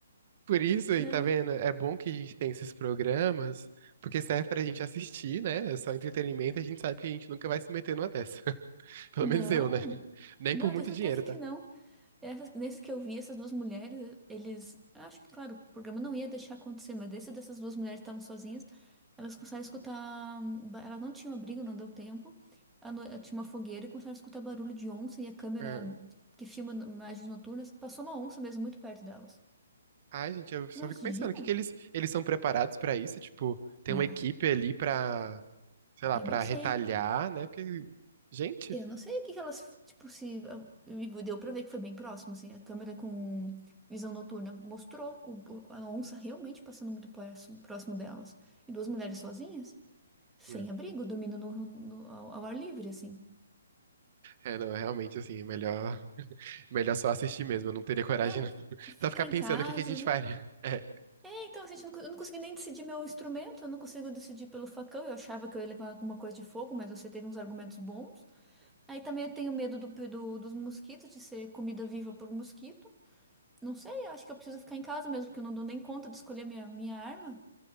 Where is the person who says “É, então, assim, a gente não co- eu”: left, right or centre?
Centre